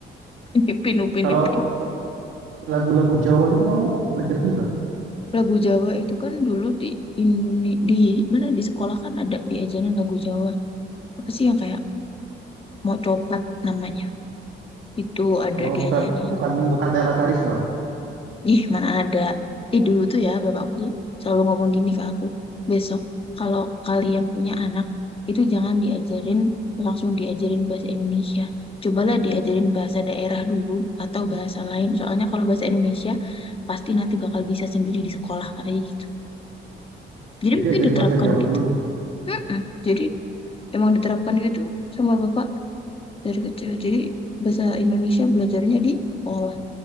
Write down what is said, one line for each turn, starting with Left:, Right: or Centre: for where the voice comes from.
Left: <laughs> Upin Ipin Upin
Right: Kalau
Left: Ipin
Right: lagu-lagu Jawa gitu kamu belajar juga.
Left: lagu Jawa itu kan dulu di Indonesia di mana di sekolah kan ada diajarin lagu Jawa apa sih yang kayak mau copat namanya itu ada
Right: Oh
Left: diajarin
Right: bukan bukan bukan Nela Karisma.
Left: Ih, mana ada. Ih, dulu tuh ya, bapakku tuh selalu ngomong gini ke aku. Besok, kalau kalian punya anak, itu jangan diajarin, langsung diajarin bahasa Indonesia. Cobalah diajarin bahasa daerah dulu, atau bahasa lain. Soalnya kalau bahasa Indonesia, pasti nanti bakal bisa sendiri di sekolah, katanya gitu. Jadi
Right: Jadi
Left: mungkin
Right: ajarin
Left: diterapkan
Right: bahasa Jawa
Left: gitu.
Right: dulu.
Left: Mm-mm. Jadi, emang diterapkan gitu sama bapak dari kecil. Jadi, bahasa Indonesia belajarnya di sekolah.